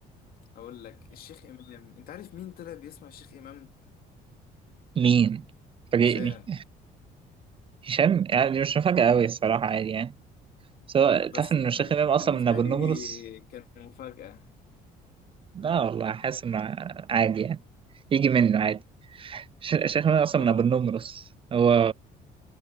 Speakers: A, on the left; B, on the right.
A: هقول لك الشيخ امام انت عارف مين طلع بيسمع الشيخ امام
B: مين؟ فاجئني
A: هشام
B: هشام يعني مش مفاجأة أوي الصراحة عادي يعني بس هو
A: بس
B: تعرف إن
A: أنا
B: الشيخ إمام أصلا
A: بالنسبه
B: من أبو
A: لي
B: النمرس؟
A: كان مفاجاه
B: لا والله حاسس إنه عادي يعني يجي منه عادي الش- الشيخ إمام أصلا
A: اه
B: من أبو النمرس هو